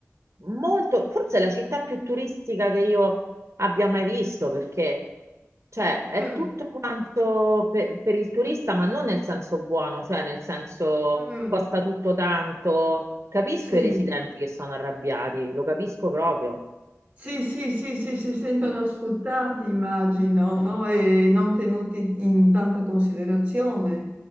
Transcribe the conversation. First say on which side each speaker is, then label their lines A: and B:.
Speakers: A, on the right; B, on the right.
A: molto, forse è la città più turistica che io abbia mai visto, perché cioè, è
B: Mm,
A: tutto quanto per, per il turista, ma non nel senso buono, cioè nel senso
B: mm,
A: costa tutto tanto. Capisco
B: sì.
A: i residenti che sono arrabbiati, lo capisco proprio.
B: Sì, sì, sì, sì, si sentono sfruttati, immagino, no? E non tenuti in tanta considerazione,